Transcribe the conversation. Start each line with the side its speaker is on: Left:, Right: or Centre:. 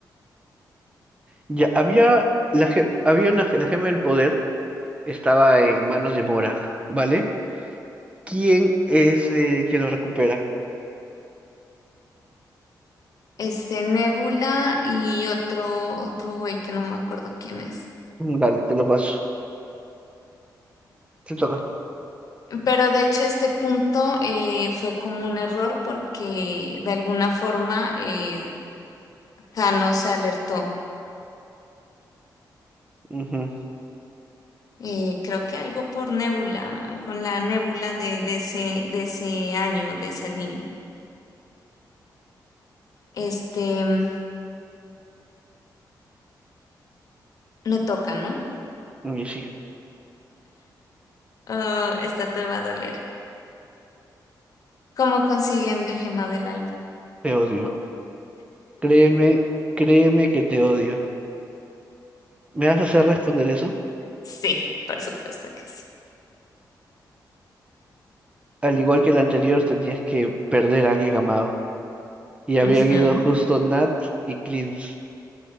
Right: ya, había, la, gem- había una, ge- la gema del poder, estaba en manos de Morag, ¿vale? ¿Quién es eh, quien lo recupera?
Left: Este, Nebula y otro, otro güey que no me acuerdo quién es.
Right: Mm, Dale, te lo paso. Te toca.
Left: Pero de hecho este punto eh, fue como un error porque de alguna forma eh, Thanos se alertó.
Right: Ujú.
Left: Eh, creo que algo por Nebula, con la Nebula de, de ese, de ese año, de esa línea. Este, me toca, ¿no?
Right: Mm, Y sí,
Left: Ah, oh, esta te va a doler. ¿Cómo consiguen la gema del alma?
Right: te odio. Créeme, créeme que te odio. ¿Me vas a hacer responder eso?
Left: Sí, por supuesto que sí.
Right: Al igual que el anterior, tenías que perder a alguien amado. Y habían
Left: Ujú,
Right: ido justo Nat y Clint.